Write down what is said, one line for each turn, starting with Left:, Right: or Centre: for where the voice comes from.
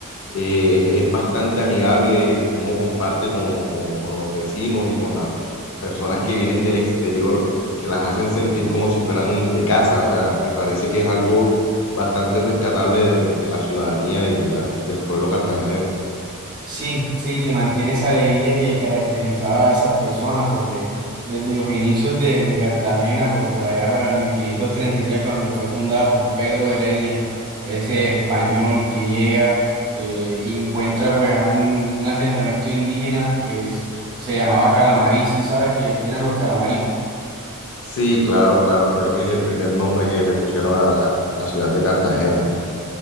Left: eh, es bastante amigable, cómo comparte con, con- con los vecinos y con las personas que vienen del exterior, que las hacen sentir como si fueran de casa. O sea, me parece que es algo bastante rescatable de, de la ciudadanía y de la- del pueblo cartagenero.
Right: Sí, sí, se mantiene esa alegría que caracterizaba a esas personas, porque desde los inicios de, de Cartagena, pues por allá para el 1533 cuando fue fundada por Pedro de Heredia, ese español que llega eh, y encuentra pues a un, un asentamiento indígena que es- se llamaba Calamarí, ¿sí sabes que, que eran los Calamarí?
Left: Sí, claro, claro, creo que es el primer nombre que le pusieron a la, a la ciudad de Cartagena.